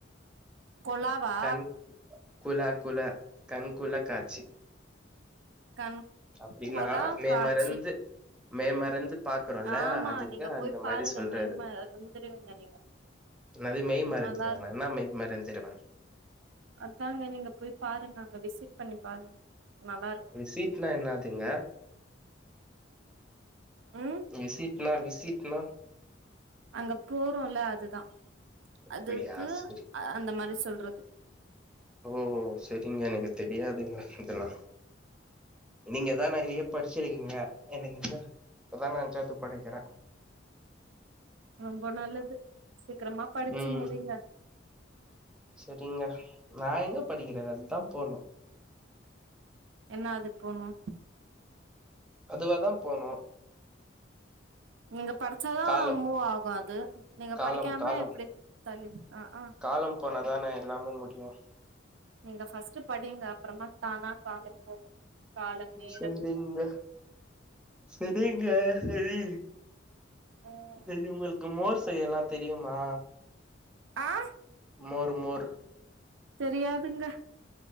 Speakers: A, on the right (about 80°); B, in the centre.
A: கொலாவா
B: கண் குளா குள கண்குள காட்சி
A: கண்
B: அப்டின்னா
A: கொலா
B: மே
A: காட்சி
B: மருந்து மே மருந்து பாக்குறோல
A: ஆமா
B: அதுக்கு
A: நீங்க
B: அந்த
A: போய் பாருங்க
B: மாரி சொல்றது
A: மெய் மறந்துருவீங்க நீங்க
B: ன்னது மெய் மறந்துருவேனா
A: நல்லா இருக்கு
B: என்னா மெய் மறந்துருவேன்
A: அதாங்க நீங்க போய் பாருங்க அங்க விசிட் பண்ணி பாருங்க நல்லாருக்
B: விசீட்னா என்னாதுங்க
A: ம்
B: விசிட் னா விசிட்னா
A: அங்க போறோல அதுதா அதுக்கு
B: அப்டியா செரி
A: அந்த மாரி சொல்றது
B: ஓ செரிங்க எனக்கு தெரியாதுங்க இதலா நீங்க தா நறிய படிச்சிருக்கீங்க எனக்கென்னா இப்பதா நா அஞ்சாவ்து படிக்கிற
A: ரொம்ப நல்லது சீக்கிரமா படிச்சு
B: ம்
A: முடிங்க
B: செரிங்க நா எங்க படிக்கிறே அதா போனோ
A: என்னா அது போணு
B: அதுவாதா போணு
A: நீங்க படிச்சாதா
B: காலம்
A: மூவ்வாகு அது நீங்க
B: காலம்
A: படிக்காம
B: காலம்
A: எப்டி தள்ளி ஆக்கா
B: காலம் போனாதானே எல்லாமே முடியு
A: நீங்க ஃபஸ்ட்டு படிங்க அப்றமா தானா காலம் போகு காலம்
B: ம்
A: நேரம்
B: செரிங்க
A: எல்லாமே
B: செரிங்க செரி
A: ம்
B: இது இது உங்களுக்கு மோர் செய்யலா தெரியுமா
A: ஆ
B: மோரு மோரு
A: தெரியாதுங்க